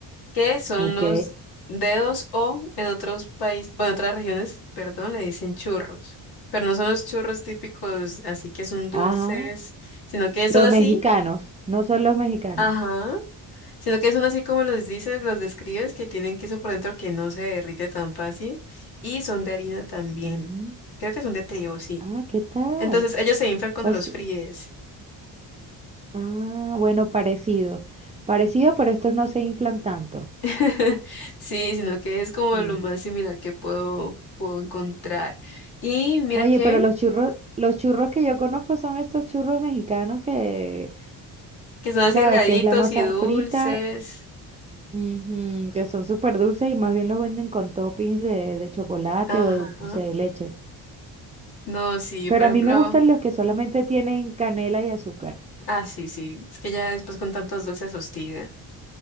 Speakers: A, on the left (about 55°); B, on the right (about 15°).
A: que son
B: ¿ok?
A: los dedos o en otros países, bueno, otras regiones, perdón, le dicen churros, pero no son los churros típicos, así que son
B: Ajá.
A: dulces, sino que son
B: Los
A: así,
B: mexicanos, no son los mexicanos.
A: ajá, Sino que son así como los dices, los describes, que tienen queso por dentro que no se derrite tan fácil y son de harina también.
B: Mm,
A: Creo que son de trigo, sí.
B: Ah, ¿qué tal?
A: Entonces ellos se inflan cuando
B: O
A: los fríes.
B: Ah, bueno, parecido. Parecido, pero estos no se inflan tanto.
A: <laughs> Sí, sino que es como
B: Sí.
A: lo más similar que puedo, puedo encontrar. Y mira
B: Oye,
A: que,
B: pero los churros, los churros que yo conozco son estos churros mexicanos que,
A: que son así
B: sabes,
A: delgaditos
B: que es la masa
A: y dulces.
B: frita, ujú, que son súper dulces y más bien los venden con toppings de, de chocolate
A: Ajá.
B: o dulce de leche.
A: No, sí,
B: Pero
A: por
B: a
A: ejemplo.
B: mí me gustan los que solamente tienen canela y azúcar.
A: Ah, sí, sí. Es que ya después con tantos dulces hostiga.